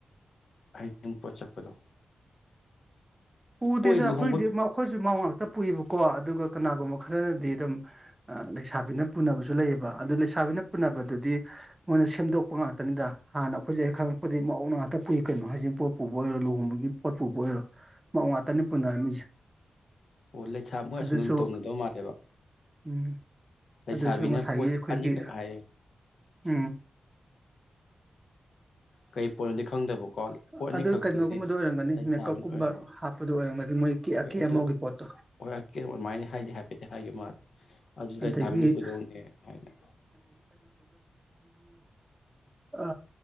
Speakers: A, on the left (about 70°); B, on the right (about 20°).
A: ꯍꯩꯖꯤꯡ ꯄꯣꯠ ꯆꯠꯄꯗꯣ
B: ꯄꯨꯗꯦꯗ
A: ꯍꯣꯏ ꯂꯨꯍꯣꯡꯕ
B: ꯑꯩꯈꯣꯏꯗꯤ ꯃꯧ ꯑꯩꯈꯣꯏꯁꯨ ꯃꯧ ꯉꯥꯛꯇ ꯄꯨꯏꯕꯀꯣ ꯑꯗꯨꯒ ꯀꯅꯥꯒꯨꯝꯕ ꯈꯔꯅꯗꯤ ꯑꯗꯨꯝ ꯑ ꯂꯩꯁꯥꯕꯤꯅ ꯄꯨꯅꯕꯁꯨ ꯂꯩꯌꯦꯕ ꯑꯗꯨ ꯂꯩꯁꯥꯕꯤꯅ ꯄꯨꯅꯕꯗꯨꯗꯤ ꯃꯣꯏꯅ ꯁꯦꯝꯗꯣꯛ- ꯄ ꯉꯥꯛꯇꯅꯤꯗ ꯍꯥꯟꯅ ꯑꯩꯈꯣꯏꯖꯦ ꯍꯦꯛ ꯈꯪꯉꯛꯄꯗꯩ ꯃꯧꯅ ꯉꯥꯛꯇ ꯄꯨꯨꯏ ꯀꯩꯅꯣ ꯍꯩꯖꯤꯡ ꯄꯣꯠ ꯄꯨꯕ ꯑꯣꯏꯔꯣ ꯂꯨꯍꯣꯡꯕꯒꯤ ꯄꯣꯠ ꯄꯨꯕ ꯑꯣꯏꯔꯣ ꯃꯧ ꯉꯥꯛꯇꯅꯤ ꯄꯨꯅꯔꯝꯃꯤꯁꯦ
A: ꯑꯣ ꯂꯩꯁꯥ ꯃꯣꯏ
B: ꯑꯗꯨꯁꯨ
A: ꯑꯁꯣꯝ ꯗꯅ ꯇꯧꯅꯗꯕ ꯃꯥꯜꯂꯦꯕ
B: ꯎꯝ
A: ꯂꯩꯁꯥꯕꯤꯅ
B: ꯑꯗꯨꯁꯨ ꯉꯁꯥꯏꯒꯤ
A: ꯄꯣꯠ
B: ꯑꯩꯈꯣꯏꯒꯤ
A: ꯑꯅꯤꯈꯛ ꯍꯥꯏꯌꯦ
B: ꯎꯝ
A: ꯀꯔꯤ ꯄꯣꯠꯅꯣꯗꯤ ꯈꯪꯗꯕꯀꯣ ꯄꯣꯠ
B: ꯑꯗꯨ
A: ꯑꯅꯤ ꯈꯛꯇꯨꯗꯤ
B: ꯀꯩꯅꯣꯒꯨꯝꯕꯗꯣ ꯑꯣꯏꯔꯝꯒꯅꯤ
A: ꯂꯩꯁꯥꯕꯤꯅ
B: ꯃꯦꯀꯞꯀꯨꯝꯕ
A: ꯑꯣꯏꯅꯤ
B: ꯍꯥꯞꯄꯗꯣ ꯑꯣꯏꯔꯝꯒꯅꯤ ꯃꯣꯏ ꯀꯦ
A: ꯍꯣꯏ
B: ꯑꯀꯦ
A: ꯑꯗꯨ
B: ꯑꯃꯧꯒꯤ ꯄꯣꯠꯇꯣ
A: ꯍꯣꯏ ꯑꯀꯦ ꯑꯃꯧ ꯑꯗꯨꯃꯥꯏꯅ ꯍꯥꯏꯗꯤ ꯍꯥꯏꯐꯦꯠꯇꯤ ꯍꯥꯏꯒꯤ ꯃꯥꯜꯂꯦ ꯑꯗꯨ
B: ꯑꯗꯒꯤ
A: ꯂꯩꯁꯥꯕꯤꯅ ꯄꯨꯗꯧꯅꯦ ꯍꯥꯏꯅ
B: ꯑ